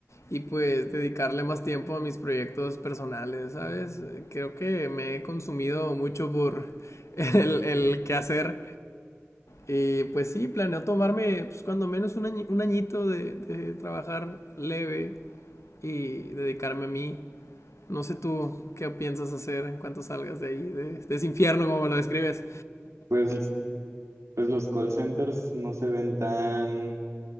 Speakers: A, on the left (about 75°); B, on the right (about 85°).
A: y pues dedicarle más tiempo a mis proyectos personales, ¿sabes? Creo que me he consumido mucho por <laughs> el, el quehacer Y pues sí, planeo tomarme pues, cuando menos un, añi- un añito de, de trabajar leve y dedicarme a mí. No sé tú qué piensas hacer en cuanto salgas de ahí, de, de ese infierno como me lo describes.
B: Pues Pues los call centers no se ven tan